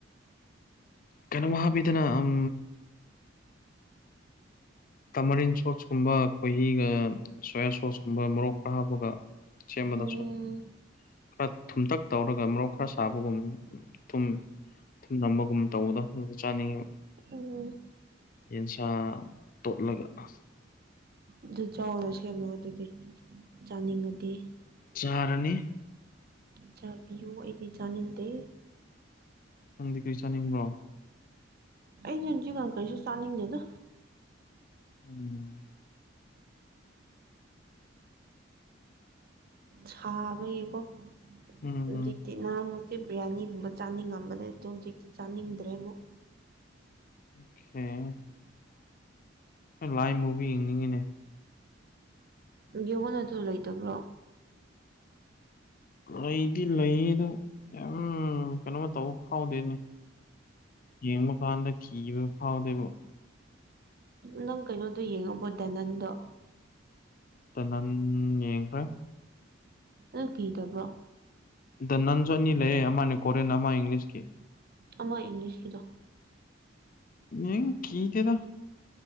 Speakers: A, on the left; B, on the right.
A: ꯀꯩꯅꯣꯝ ꯍꯥꯞꯕꯤꯗꯅ ꯎꯝ ꯇꯥꯃꯔꯤꯟ ꯁꯣꯁꯀꯨꯝꯕ ꯈꯈꯣꯏꯍꯤꯒ ꯁꯣꯌꯥ ꯁꯣꯁꯀꯨꯝꯕ ꯃꯣꯔꯣꯛ ꯈꯔ ꯍꯥꯞꯄꯒ ꯆꯦꯟꯕꯗꯁꯨ
B: ꯎꯝ
A: ꯈꯔ ꯊꯨꯝꯇꯛ ꯇꯧꯔꯒ ꯃꯣꯔꯣꯛ ꯈꯔ ꯁꯥꯕꯒꯨꯝ ꯊꯨꯝ ꯊꯨꯝꯅꯕꯒꯨꯝ ꯇꯧꯕꯗꯣ ꯆꯥꯅꯤꯡꯉꯤ
B: ꯎꯝ
A: ꯌꯦꯟꯁꯥ ꯇꯣꯠ ꯂꯥꯛꯒ
B: ꯑꯗꯨ ꯆꯥꯎꯅ ꯁꯦꯝꯃꯣ ꯑꯗꯨꯗꯤ ꯆꯥꯅꯤꯡꯉꯗꯤ
A: ꯆꯥꯔꯅꯤ
B: ꯆꯥꯕꯤꯌꯨ ꯑꯩꯗꯤ ꯆꯥꯅꯤꯡꯗꯦ
A: ꯅꯪꯗꯤ ꯀꯔꯤ ꯆꯥꯅꯤꯡꯕ꯭ꯔꯣ
B: ꯑꯩꯩꯅꯁꯤ ꯀ ꯀꯁ ꯆꯥꯅꯤꯡꯗꯦꯗ
A: ꯎꯝ
B: ꯁꯥꯕꯒꯤꯀꯣ
A: ꯎꯝ
B: ꯍꯧꯖꯤꯛꯇꯤ ꯅꯍꯥꯟꯃꯛꯇꯤ ꯁꯤ ꯕꯤ꯭ꯔꯌꯥꯅꯤꯒꯨꯝꯕ ꯆꯥꯅꯤꯡꯉꯝꯕꯅꯦ ꯑꯗꯣ ꯍꯧꯖꯤꯛꯇꯤ ꯆꯥꯅꯤꯡꯗ꯭ꯔꯦ ꯑꯃꯨꯛ
A: <unintelligible> ꯑꯦ ꯂꯥꯏ ꯃꯨꯕꯤ ꯌꯦꯡꯅꯤꯡꯉꯅꯦ
B: ꯌꯡꯉꯟ ꯑꯗꯨ ꯂꯩꯇꯕ꯭ꯔꯣ
A: ꯂꯩꯗꯤ ꯂꯩ ꯑꯗꯨ ꯌꯥꯝ ꯀꯩꯅꯣꯃ ꯇꯧꯕ ꯐꯥꯎꯗꯦꯅꯦ ꯌꯦꯡꯕ ꯀꯥꯟꯗ ꯀꯤꯕ ꯐꯥꯎꯗꯦꯕ
B: ꯅꯪ ꯀꯩꯅꯣꯗꯣ ꯌꯦꯡꯉꯕꯣꯗ ꯅꯪꯗꯣ
A: ꯇ ꯌꯦꯡꯡ ꯀ
B: ꯑ ꯀ ꯇꯕ꯭ꯔꯣ
A: ꯗ ꯅꯟꯁꯨ ꯑꯅꯤ ꯂꯩꯌꯦ ꯑꯃꯅꯦ ꯀꯣꯔꯦꯟꯦꯟ ꯑꯃ ꯏꯪꯂꯤꯁꯀꯤ
B: ꯑꯃꯣꯏ ꯏꯪꯂꯤꯁꯀꯤꯗꯣ
A: ꯃꯤ ꯀꯗꯗ